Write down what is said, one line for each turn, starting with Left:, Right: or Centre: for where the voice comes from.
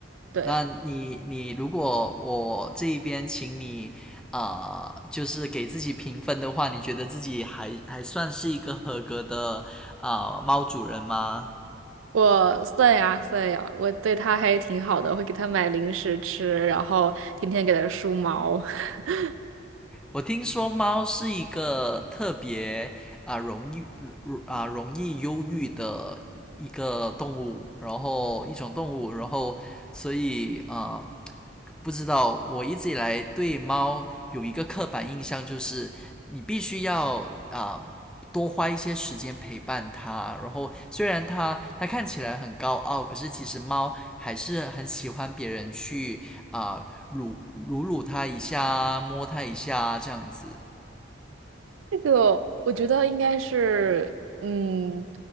Right: 对，
Centre: 那你你如果我这一边请你，呃，就是给自己评分的话，你觉得自己还还算是一个合格的呃猫主人吗？
Right: 我算呀算呀，我对他还挺好的，会给他买零食吃，然后天天给他梳毛。<laughs>
Centre: 我听说猫是一个特别啊、呃容易啊、呃容易忧郁的一个动物，然后一种动物，然后所以啊、呃不知道我一直以来对猫有一个刻板印象，就是你必须要啊、呃多花一些时间陪伴它。然后虽然它它看起来很高傲，可是其实猫还是很喜欢别人去啊撸撸撸它一下，摸它一下这样子。
Right: 这个我觉得应该是，嗯，